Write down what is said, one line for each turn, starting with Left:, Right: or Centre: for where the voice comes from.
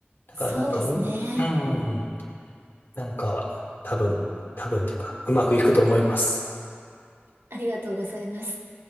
Left: だからなんか、
Right: そうですね。
Left: むうん、なんか多分、多分というか、うまくいくと思います。
Right: ありがとうございます。